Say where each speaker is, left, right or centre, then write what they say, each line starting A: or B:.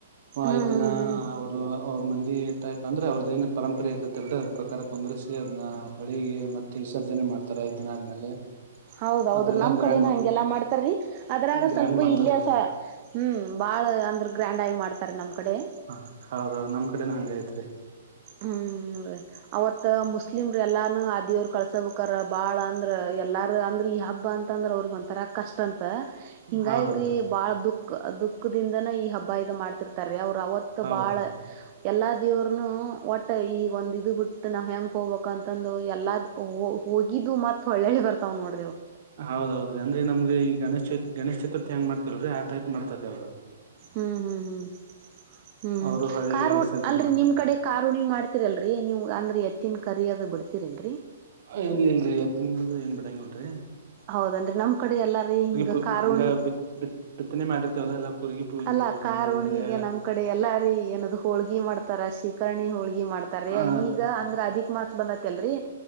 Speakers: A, on the right (about 35°); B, on the right (about 50°).
A: ಹ್ಮ್
B: ಐದ್ ದಿನ
A: ಹ್ಮ್ ಹ್ಮ್
B: ಅವರು ಅವ್ರ ಮಂದಿ. ಟೈಪ್ ಅಂದ್ರೆ ಅವ್ರದ ಏನ್ ಪರಂಪರೆ ಇರತ್ತಂದ್ರೆ <unintelligible> ಪ್ರಕಾರ ಕುಂದ್ರರಿಸಿ ಅದನ್ನ ಹೊಳಿಗೆ ಮತ್ತೆ ವಿಸರ್ಜನೆ ಮಾಡ್ತಾರ ಈ ದಿನ ಆದ್ಮೇಲೆ
A: ಹೌದೌದು
B: ಅದೆಲ್ಲಾ
A: ನಮ್
B: ಗ್ರ್ಯಾಂಡ್
A: ಕಡೆನ ಹಗೆಲ್ಲ ಮಾಡ್ತಾರೀ ಅದ್ರಾಗ
B: ಗ್ರ್ಯಾಂಡ್
A: ಸ್ವಲ್ಪ
B: ಮಾಡ್ತಾರೆ
A: ಇಲ್ಲಯಸ ಹ್ಮ್ ಬಾಳ ಅಂದ್ರ ಗ್ರ್ಯಾಂಡ್ ಆಗಿ ಮಾಡ್ತಾರ ನಮ್ ಕಡೆ
B: ಹ ಹೌದೌದು ನಮ್ ಕಡೆನ ಹಂಗೈತ್ರಿ.
A: ಹ್ಮ್ ರೀ ಅವತ್ ಮುಸ್ಲಿಮ್ ರ ಎಲ್ಲಾನು ಅ ದೇವ್ರ್. ಕಳ್ಸ ಬೇಕಾರ ಬಾಳ ಅಂದ್ರ ಎಲ್ಲಾರ ಅಂದ್ರ ಈ ಹಬ್ಬ ಅಂತ ಅಂದ್ರ ಅವ್ರಗ್ ಒಂತರ ಕಷ್ಟ ಅಂತ. ಹಿಂಗಗ್ರಿ
B: ಹೌದೌದ್ರಿ
A: ಬಾಳ ದುಃಖ ದುಃಖ್. ಕ್ದಿಂದನ ಈ ಹಬ್ಬ ಇದ ಮಾಡ್ತಿರ್ತಾರೆ ಅವ್ರು ಅವತ್ತು
B: ಹೌದೌದು
A: ಬಾಳ ಎಲ್ಲ ದೇವರ್ನು ಒಟ್ಟ ಈಗ ಒಂದ ಇದು ಬಿಟ್ಟು ನಾ ಹೆಂಗ ಹೋಗ್ಬೇಕ ಅಂತಂದು ಎಲ್ಲ್ ಹೋಗಿದ್ದು ಮತ್ತ ಒಳ್ಳೆ ಒಳ್ಳೆ ಬರ್ತಾವ ನೋಡಿ
B: ಹೌದೌದ್ರಿ ಅಂದ್ರೆ ನಮ್ಗೆ ಈ ಗಣೇಶ ಗಣೇಶ ಚತುರ್ಥಿ ಹೆಂಗ ಮಾಡ್ತಿಲ್ರರಿ ಆ ಟೈಪ್ ಮಾಡ್ತಾರೆ ಅವರು.
A: ಹ್ಮ್ ಹ್ಮ್ ಹ್ಮ್ ಹ್ಮ್ ಹ್ಮ್
B: ಅವರು ಹೊಳಿಗೆ
A: ಕಾರು
B: ವಿಸರ್ಜನೆ
A: ಅಲ್ರಿ
B: ಮಾಡ್ತಾರೆ
A: ನಿಮ್ ಕಡೆ ಕಾರುಣಿ ಮಾಡ್ತೀರಲ್ರರಿ ನೀವು ಅಂದ್ರಿ ಎ ತಿನ್ ಕರಿಯಾದದು ಬಿಡ್ತಿರೇನೆ
B: ಇಲ್ಲಿ ಇಲ್ರಿ ಎತ್ತ ಏನ್ ಬಿಟ್ <unintelligible>
A: ಹೌದನ್ರಿ ನಮ್ ಕಡೆ ಎಲ್ಲಾರೀ ಹಿಂಗ
B: ಪೂ
A: ಕಾರ್ಖುಣಿ.
B: ಹಂಗ ಬಿತ್ ಬಿತ್ <unintelligible>
A: ಅಲ್ಲ
B: ಮಾಡೋದು
A: ಕಾರುಣಿಗೆ
B: ಆಮೇಲೆ
A: ನಮ್ ಕಡೆ ಎಲ್ಲಾರೀ ಏನದು ಹೋಳ್ಗಿ ಮಾಡ್ತಾರ ಶಿ. ಕರಣಿಯ. ಹೋಳ್ಗಿ ಮಾಡ್ತಾರ
B: ಆ
A: ಈಗ ಅಂದ್ರೆ ಅದಿಕ್ ಮಾಸ ಬಂದ.. ತಲ್ರಿ.